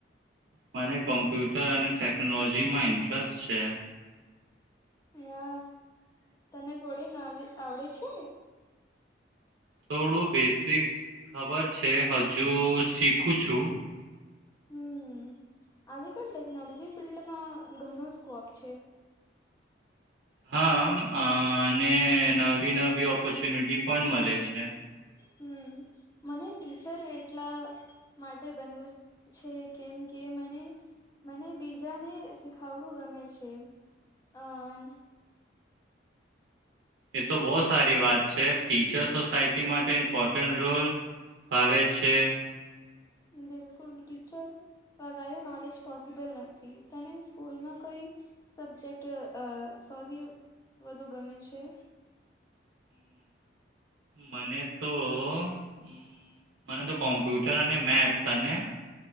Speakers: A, on the right; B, on the left.
A: મને કોમ્પ્યુટર અને ટેકનોલોજીમાં ઇન્ટરેસ્ટ છે.
B: વાહ તને કોડિંગ આવડે આવડે છે?
A: થોડું બેસિક ખબર છે, હજુ શીખું છું.
B: હમ્મ આજે કલ ટેકનોલોજી ફિલ્ડમાં ઘણો સ્કોપ છે.
A: હા અ અને નવી-નવી ઓપોર્ચ્યુનિટી પણ મળે છે.
B: હમ્મ મને ટીચર એટલા માટે બનવું છે કેમ કે મને મને બીજાને શીખાવડું ગમે છે અમ
A: એ તો બો સારી વાત છે, ટીચર સોસાયટી માટે ઇમ્પોર્ટન્ટ રોલ ભાવે છે.
B: બિલકુલ, ટીચર વગારે નોલેજ પોસિબલ નથી, તને સ્કૂલમાં કોઈ સબ્જેક્ટ અ અ સૌવી વધુ ગમે છે?
A: મને તો અમ્મ મને તો કોમ્પ્યુટર અને મેથ, તને?